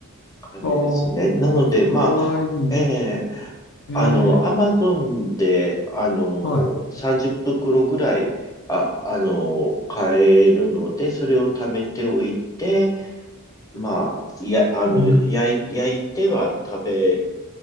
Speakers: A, on the left; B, on the left.
A: 感じですね。
B: おお、
A: なので、まあ、
B: それはいい。
A: えーあの、
B: ええ、
A: アマゾンで、あの、
B: はい。
A: 30袋ぐらい、あ、あの、買えるので、それを貯めておいて、まあ、や、あの、
B: な
A: 焼い、焼いては食べ、